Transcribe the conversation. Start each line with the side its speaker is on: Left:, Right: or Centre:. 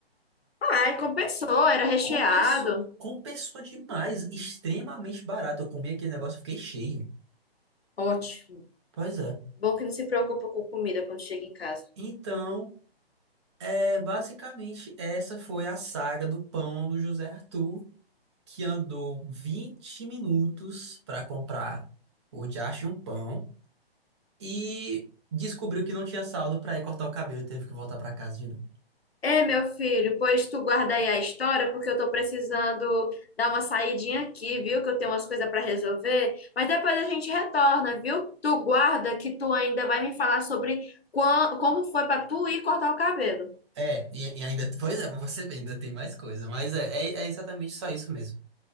Left: Ai, compensou, era recheado.
Right: Compensou, compensou demais, extremamente barato. Eu comi aquele negócio, e fiquei cheio.
Left: Ótimo.
Right: Pois é.
Left: Bom que não se preocupa com comida quando chega em casa.
Right: Então, é, basicamente, essa foi a saga do pão do José Arthur, que andou 20 minutos para comprar o diacho de um pão e descobriu que não tinha saldo para ir cortar o cabelo e teve que voltar para casa de novo.
Left: É, meu filho, pois tu guarda aí a história, porque eu tô precisando dar uma saidinha aqui, viu? Que eu tenho umas coisas pra resolver. Mas depois a gente retorna, viu? Tu guarda que tu ainda vai me falar sobre quan- como foi pra tu ir cortar o cabelo.
Right: É, e, e ainda, pois é, pra você ver, ainda tem mais coisa, mas é, é, é exatamente só isso mesmo.